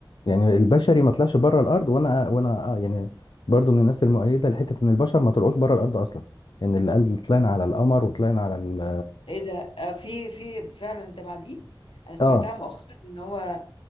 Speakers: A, on the left; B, on the left.
A: يعني البشري ما طلعش بره الارض وانا وانا آه يعني برضو من الناس المؤيده لحته ان البشر ما طلعوش بره الارض اصلا ان اللي قال طلعنا على القمر وطلعنا على ال
B: ايه ده آه، في في فعلا انت مع دي انا سمعتها
A: اه
B: مؤخرا ان هو